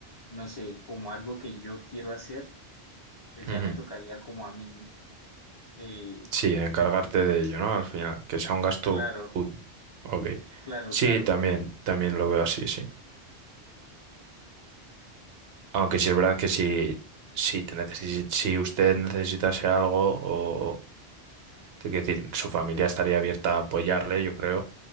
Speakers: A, on the left; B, on the right.
A: no sé, como algo que yo quiero hacer, pues ya
B: Ujú.
A: me tocaría como a mí, eh,
B: Sí, encargarte de ello, ¿no? Al final, que sea un gasto
A: claro,
B: tuyo. Ok.
A: claro,
B: Sí,
A: claro,
B: también, también lo veo así, sí. Aunque sí es verdad que si, si, te necesi- si usted necesitase algo Es decir, su familia estaría abierta a apoyarle, yo creo,